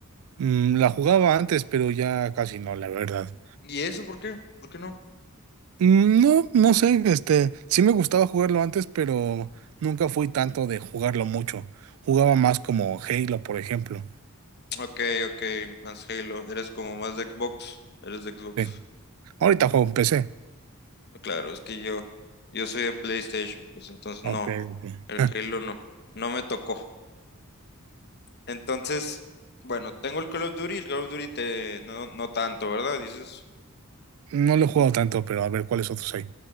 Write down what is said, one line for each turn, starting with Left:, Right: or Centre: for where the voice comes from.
Right: Mm, la jugaba antes, pero ya casi no, la verdad.
Left: ¿Y eso por qué? ¿Por qué no?
Right: Mm, no, no sé, este, sí me gustaba jugarlo antes, pero nunca fui tanto de jugarlo mucho. Jugaba más como Halo, por ejemplo.
Left: Ok, ok, más Halo. Eres como más de Xbox. Eres de Xbox.
Right: Sí. Ahorita juego en PC.
Left: Claro, es que yo, yo soy de PlayStation, pues entonces
Right: Ok,
Left: no,
Right: ok.
Left: el Halo no, no me tocó. Entonces, bueno, tengo el Call of Duty, el Call of Duty te, no, no tanto, ¿verdad? Dices,
Right: No lo he jugado tanto, pero a ver cuáles otros hay.